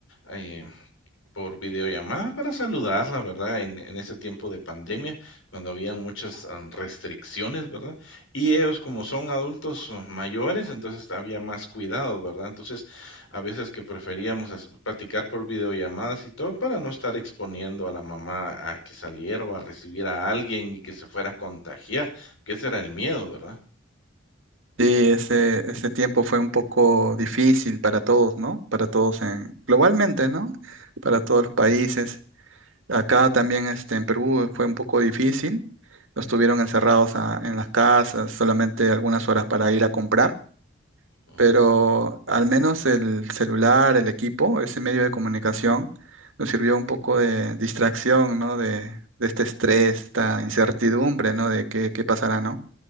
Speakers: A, on the left; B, on the right.
A: eh, por videollamada para saludarla, ¿verdad? En, en ese tiempo de pandemia, cuando había muchas am, restricciones, ¿verdad? Y ellos como son adultos uh, mayores, entonces había más cuidado, ¿verdad? Entonces, a veces que preferíamos as- platicar por videollamadas y todo para no estar exponiendo a la mamá a que saliera o a recibir a alguien y que se fuera a contagiar, que ese era el miedo, ¿verdad?
B: sí, ese, ese tiempo fue un poco difícil para todos, ¿no? Para todos en, globalmente, ¿no? Para todos los países. Acá también este, en Perú fue un poco difícil. Nos tuvieron encerrados a- en las casas, solamente algunas horas para ir a comprar
A: Mm,
B: pero al menos el celular, el equipo, ese medio de comunicación, nos sirvió un poco de distracción, ¿no? De, de este estrés, esta incertidumbre, ¿no? De qué, qué pasará, ¿no?